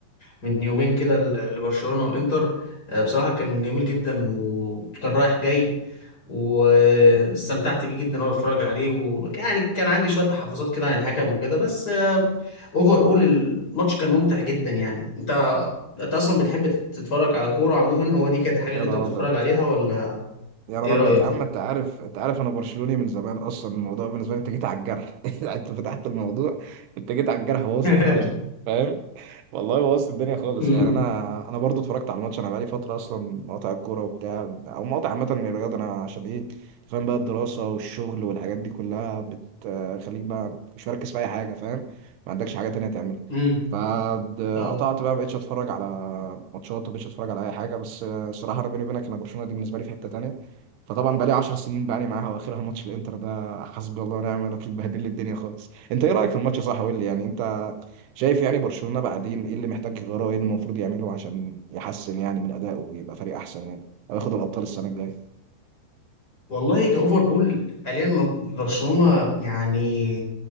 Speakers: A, on the left; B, on the right.
A: من يومين كده ل- لبرشلونة والإنتر آه، بصراحة كان جميل جدا وكان رايح جاي واستمتعت بيه جدا وانا بتفرج عليه ويعني كان عندي شوية تحفظات كده عن الحكم وكده بس اوفر اول الماتش كان ممتع جدا يعني انت انت اصلا بتحب تتفرج على كورة عموما هو دي كانت الحاجة
B: يا
A: اللي انت
B: نهار
A: بتتفرج
B: ابيض
A: عليها ولا
B: يا نهار
A: ايه رأيك؟
B: ابيض يا عم انت عارف انت عارف انا برشلوني من زمان اصلا الموضوع بالنسبه لي انت جيت على الجرح <laughs> انت فتحت الموضوع انت جيت على الجرح بوظت
A: <laughs>
B: الدنيا فاهم والله بوظت الدنيا خالص
A: امم
B: يعني انا انا برضو اتفرجت على الماتش انا بقالي فتره اصلا مقاطع الكوره وبتاع او مقاطع عامه من الرياضه انا عشان ايه فاهم بقى الدراسه والشغل والحاجات دي كلها بتخليك بقى مش مركز في اي حاجه فاهم ما عندكش حاجه تانية تعملها
A: امم
B: فقطعت
A: اه
B: بقى مبقتش اتفرج على ماتشات ومبقتش اتفرج على اي حاجه بس الصراحه انا بيني وبينك انا برشلونه دي بالنسبه لي في حته تانية فطبعا بقالي 10 سنين بقالي معاها واخرها ماتش الانتر ده حسبي الله ونعم الوكيل بهدل لي الدنيا خالص انت ايه رايك في الماتش صح قول لي يعني انت شايف يعني برشلونه بعدين ايه اللي محتاج يغيره ايه اللي المفروض يعمله عشان يحسن يعني من ادائه ويبقى فريق احسن يعني او ياخد الابطال السنه الجايه
A: والله كأوفر أول حاليا مو- برشلونة يعني